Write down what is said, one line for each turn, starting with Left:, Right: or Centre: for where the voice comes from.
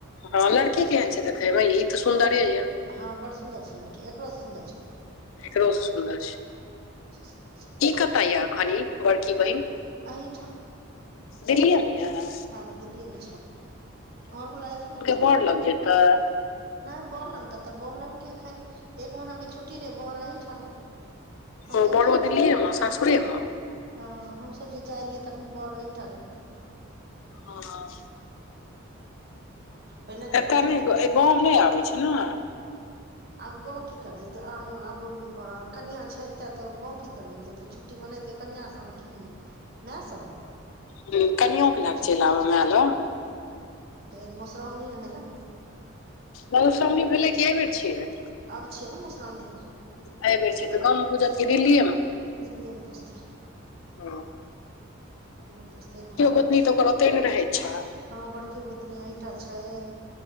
Left: हाँ लड़की केहन छै देखेबै, में इ त सुंन्दरे
Right: लड़की
Left: ये।
Right: हँ बड़ सुन्दर छै लड़की, एकरो से सुन्दर छै उ।
Left: एकरो से सुन्दर छै,
Right: सुन्दर छै बढ़िया
Left: इ कत य अखन इ बड़की बहिन?
Right: एहि ठाम।
Left: दिल्लिय मे य??
Right: हँ दिल्ली में छै, घरवाला अखने
Left: बोर लग जेतै अ।
Right: नहि बोर लग क ते बोर लग के अखन एक महीना के छुट्टी रहे बोर अहि ठने, हम
Left: ओ
Right: सब
Left: बड़ो
Right: जे
Left: दिल्लीए मे सासुरे
Right: आह
Left: मे
Right: हँ हम सब जे जाइ रहियै, तखन बोर अहिठा रहे।
Left: हाँ
Right: <inaudible>
Left: एत
Right: होय
Left: नै
Right: रहै
Left: ए गाँउ नहि आबै छै न?
Right: आब गाँउ की कर जेते, अम्म आब अ कनिया छै एते, त गाँउ की करें ले जेते छुटी? छुटी बनेते कनिया संग की माय संग?
Left: हम्म कनियों लाग
Right: बुझू
Left: चैल
Right: तऽ
Left: आबे माय लग।
Right: फेर मधुश्रावणी रहै न।
Left: मधुश्रावणी भेलै कि ऐ बेर छियै।
Right: आब छियै न मधुश्रावणी त
Left: अइ बेर छिये त गांम में पूजत की दिल्लीये म
Right: नहि दिल्लीए मे पुजतै।
Left: हाँ
Right: के पूछते भार
Left: गोतनी
Right: -दौड़
Left: तऽ ओकर ओते ने रहै छै
Right: हाँ बड़ कीयो गोतनी एहिठऽ छै,